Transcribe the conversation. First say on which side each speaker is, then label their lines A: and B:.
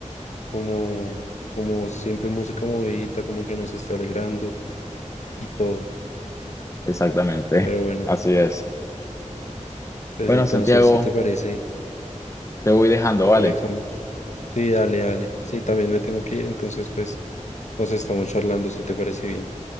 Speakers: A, on the left (about 65°); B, on the left (about 25°).
A: como, como siempre música movidita, como que nos esté alegrando y todo,
B: Exactamente,
A: pero bueno,
B: <laughs> así es.
A: pues
B: Bueno,
A: entonces
B: Santiago,
A: si te parece...
B: te voy dejando, ¿vale?
A: Lo dejamos. Sí, dale, dale. Sí, también me tengo que ir, entonces pues nos estamos charlando si te parece bien.